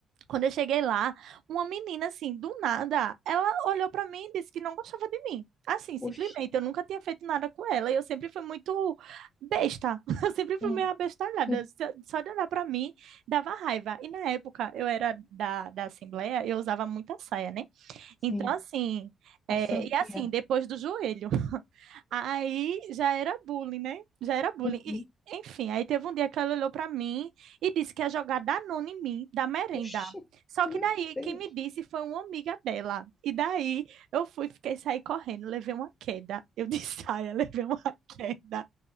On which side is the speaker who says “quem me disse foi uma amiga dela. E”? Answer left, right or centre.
Right